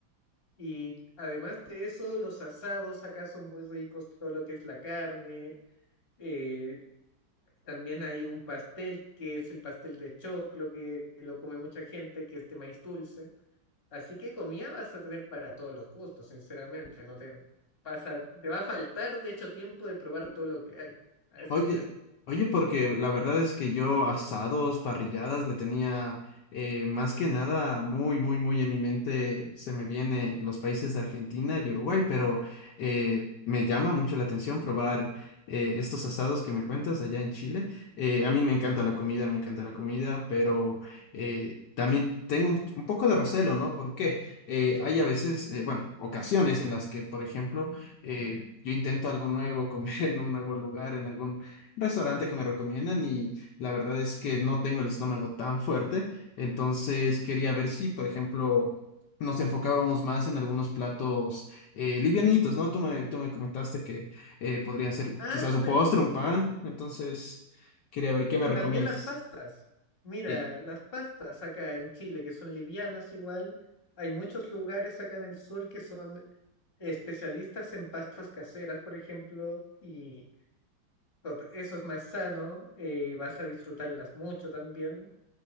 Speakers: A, on the left; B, on the left.
A: Y además de eso, los asados acá son muy ricos, todo lo que es la carne eh, también hay un pastel que es el pastel de choclo, que lo come mucha gente, que es de maíz dulce. Así que comida vas a tener para todos los gustos, sinceramente. No te vas a- te va a faltar, de hecho, tiempo de probar todo lo que hay a ese
B: Oye,
A: nivel.
B: oye, porque la verdad es que yo asados, parrilladas, le tenía eh, más que nada muy, muy, muy en mi mente, se me viene los países de Argentina y Uruguay, pero eh, me llama mucho la atención probar eh, estos asados que me cuentas allá en Chile. Eh, a mí me encanta la comida, me encanta la comida, pero eh, también tengo un, un poco de recelo, ¿no? Porque hay a veces, eh, bueno, ocasiones en las que, por ejemplo, eh, yo intento algo nuevo, <laughs> comer en un nuevo lugar, en algún restaurante que me recomiendan y la verdad es que no tengo el estómago tan fuerte, entonces quería ver si, por ejemplo, nos enfocábamos más en algunos platos eh, livianitos, ¿no? Tú me, tú me comentaste que eh, podría ser
A: Ah,
B: quizás un
A: perfecto.
B: postre, un pan, entonces quería ver qué me recomiendas.
A: También las pastas. Mira,
B: Eh.
A: las pastas acá en Chile, que son livianas igual. Hay muchos lugares acá en el sur que son especialistas en pastas caseras, por ejemplo, y tot- Eso es más sano, eh, vas a disfrutarlas mucho también